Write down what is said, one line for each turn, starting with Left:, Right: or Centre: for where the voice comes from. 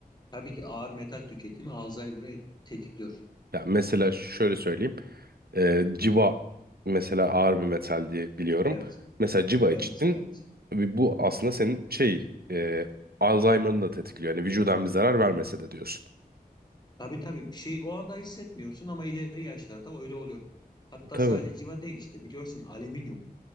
Left: Tabii ki ağır metal tüketimi Alzheimer'ı et- tetikliyor.
Right: Ya mesela şöyle söyleyeyim. E, civa mesela ağır bir metal diye biliyorum.
Left: Evet,
Right: Mesela civa
Left: evet,
Right: içtin.
Left: evet.
Right: Ve Bu aslında senin şey e, Alzheimer'ını da tetikliyor. Yani vücudan bir zarar vermese de diyorsun.
Left: Tabii tabii bir şey o anda hissetmiyorsun ama ileri yaşlarda öyle oluyor. Hatta
Right: Tabii.
Left: sadece civa değil işte biliyorsun alüminyum.